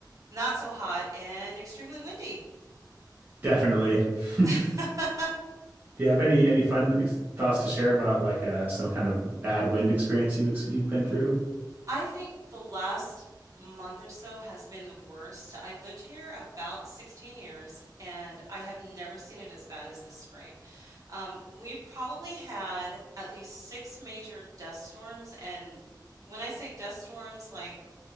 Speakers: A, on the right; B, on the right.
A: not so hot, and extremely windy.
B: definitely. <laughs> Do
A: <laughs>
B: you have any any fun ex- thoughts to share about like uh, some kind of bad wind experience you've ex- you've been through?
A: I think the last month or so has been the worst. I've lived here about 16 years, and I have never seen it as bad as this spring. Um, we've probably had at least six major dust storms, and when I say dust storms, like